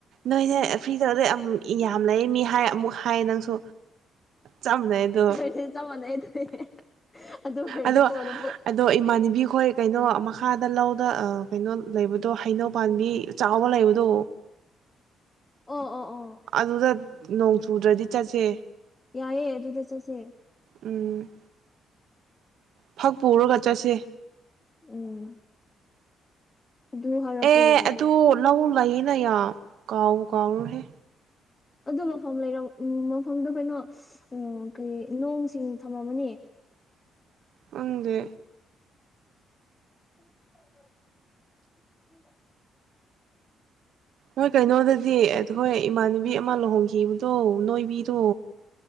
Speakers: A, on the right (about 70°); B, on the left (about 25°).
A: ꯅꯣꯏ ꯐ꯭ꯔꯤꯗꯗꯩ ꯑꯃꯨꯛ ꯌꯥꯝ ꯂꯩꯌꯦ ꯃꯤ ꯍꯥꯏ ꯑꯃꯨꯛ ꯍꯥꯏꯌꯦ ꯅꯪꯁꯨ ꯆꯞ ꯃꯅꯩ ꯑꯗꯣ
B: ꯑꯦ ꯆꯞ ꯃꯅꯩ ꯑꯗꯨꯗꯤ ꯑꯗꯨ ꯑꯣꯏꯔꯗꯤꯀꯣ
A: ꯑꯗꯣ
B: ꯂꯧꯕꯨꯛ
A: ꯑꯗꯣ ꯏꯃꯥꯟꯅꯕꯤꯈꯣꯏ ꯀꯩꯅꯣ ꯃꯈꯥꯗ ꯂꯧꯗ ꯀꯩꯅꯣ ꯂꯩꯕꯗꯣ ꯍꯩꯅꯧ ꯄꯥꯝꯕꯤ ꯆꯥꯎꯕ ꯂꯩꯕꯗꯣ
B: ꯑꯣ ꯑꯣ ꯑꯣ
A: ꯑꯗꯨꯗ ꯅꯣꯡ ꯆꯨꯗ꯭ꯔꯗꯤ ꯆꯠꯁꯦ
B: ꯌꯥꯏꯑꯦ ꯑꯗꯨꯗ ꯆꯠꯁꯦ
A: ꯎꯝ ꯐꯛ ꯄꯨꯔꯒ ꯆꯠꯁꯦ
B: ꯎꯝ ꯑꯗꯨ ꯍꯥꯏꯔꯛꯄ
A: ꯑꯦ
B: ꯌꯥꯗꯔꯣ
A: ꯑꯗꯨ ꯂꯧ ꯂꯩꯌꯦꯅ ꯌꯥꯝ ꯀꯥꯎꯕꯨ ꯀꯥꯎꯔꯨꯔꯦꯍꯦ
B: ꯑꯗꯨ ꯃꯐꯝ ꯂꯩꯔꯝ ꯎꯝ ꯃꯐꯝꯗꯣ ꯀꯩꯅꯣ ꯎꯝ ꯀꯔꯤ ꯅꯣꯡꯁꯤꯡ ꯊꯝꯂꯝꯝꯃꯅꯤ
A: ꯈꯪꯗꯦ
B: <unintelligible>
A: ꯅꯣꯏ ꯀꯩꯅꯣꯗꯗꯤ ꯑꯩꯈꯣꯏ ꯏꯃꯥꯟꯅꯕꯤ ꯑꯃ ꯂꯨꯍꯣꯡꯈꯤꯕꯗꯣ ꯅꯣꯏꯕꯤꯗꯣ